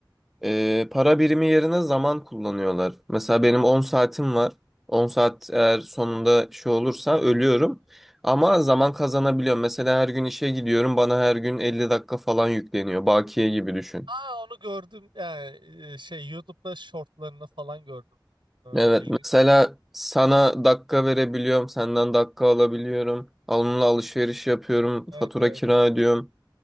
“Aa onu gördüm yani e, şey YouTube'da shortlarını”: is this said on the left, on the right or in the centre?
Right